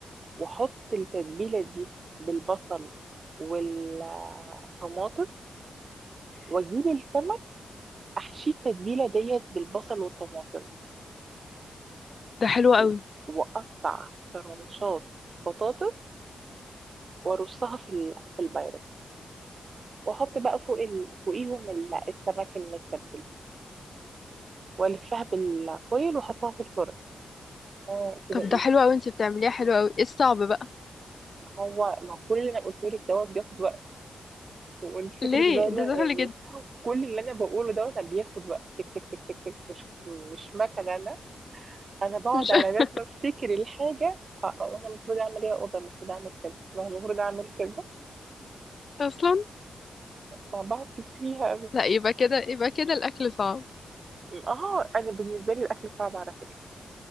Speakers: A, on the right; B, on the left.
A: واحط التتبيله دي بالبصل والطماطم واجيب السمك احشيه التتبيله ديت بالبصل والطماطم
B: ده حلو قوي
A: و- واقطع طرنشات بطاطس وارصها في ال- في البايركس واحط بقى فوق ال... فوقيهم ال- السمك المتبل والفها بالفويل واحطها في الفرن اه كده
B: طب
A: ايه
B: ده حلو قوي انت بتعمليها حلو قوي ايه الصعب بقى
A: ما هو ما كل اللي انا قلته لك دوت بياخد وقت وانت فاكرك
B: ليه
A: زي لا-
B: ده سهل
A: يعني
B: جدا
A: كل اللي انا بقوله دوت أنا بياخد وقت تك تك تك تك تك مش مش مكنه انا انا بقعد
B: مش
A: على
B: <laughs>
A: بال ما افتكر الحاجه اه آه، انا المفروض اعمل ايه اوضه المفروض اعمل كذا أنا المفروض اعمل كذا
B: اصلا
A: ما بقعد كتير فيها أوي.
B: لا يبقى كده يبقى كده الاكل صعب
A: اه انا بالنسبه لي الاكل صعب على فكره